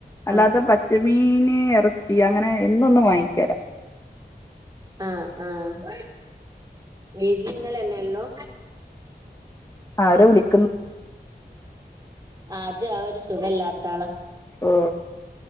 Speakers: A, on the left; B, on the right.
A: അല്ലാത്ത
B: ആ
A: പ ചമീന് ഇറച്ചി അങ്ങനെ എന്നോന്നും വാങ്ങിക്കരാ
B: ആഹ് ആഹ് വീട്ടിങ്ങളെന്നെ ഉള്ളോ
A: ആരോ വിളിക്കുന്ന്
B: അത് ആഹ് ഒരു സുഖല്ലാത്ത ആള
A: ഓ